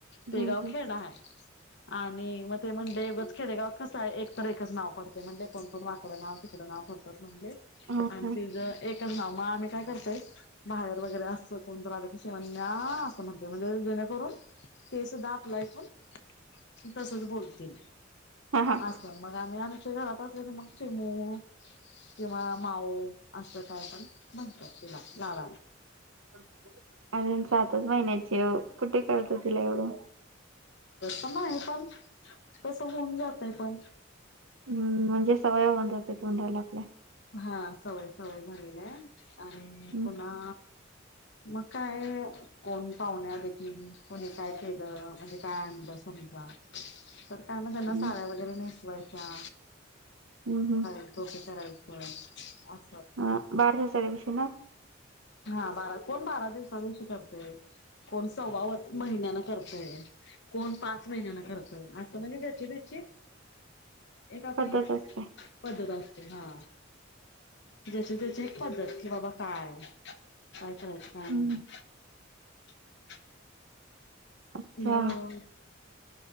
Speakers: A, on the right; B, on the left.
A: हम्म
B: ते गाव
A: हम्म
B: खेड आहे, आणि मग ते म्हणेगच खेडेगावात कसं आहे, एकत एक. नाव पाडतय म्हणले कोणण वाकडं नाव तिकडं नाव पडतात, म्हणले
A: हम्म
B: आणि
A: हम्म
B: ति ग आम्ही काय करतोय बाहेर, वगैरे अस कोणतर आलं की, शिवन्या अस म्हणतोय म्हणजे करून ते सुद्धा आपलं ऐकून तसंच बोलतील.
A: हा हा.
B: असं मग आम्ही आमुच्या घरातले असेल की मग चीमु किंवा माऊ असं काय पण म्हणतात तिला लाडला.
A: अ. अजून सातच महिन्याची कुठे कळत तिला एवढं.
B: आहे पण कस होऊन जातय पण.
A: हम्म म्हणजे सवय होन जाते तोंडाला आपल्या.
B: हा सवय सवय झालेला आहे आणि
A: हम्म
B: पुन्हा. मग काय कोण पाहुण्या देखील कोणी काय केलं, म्हणजे काय आणलं समजा. तर त्यामध्ये त्यांना
A: हम्म
B: साड्या वगैरे नेसवायच्या
A: हम्म हम्म
B: <unintelligible> टोपी कराय <unintelligible>
A: हा बार हच्यार दिवशी ना.
B: हा बारा कोण बारा दिवसा दिवशी करतय, कोण सव्वा महिन्याना करतय. कोण पाच महिन्याना करतय, असं म्हणजे ज्याची ज्याची एक आपली
A: पद्धत असते
B: पद्धत अस हा ज्या त्याची एक पद्धत, कि बाबा काय काय करायचे
A: हम्म
B: <unintelligible>
A: अच्छा
B: ममचं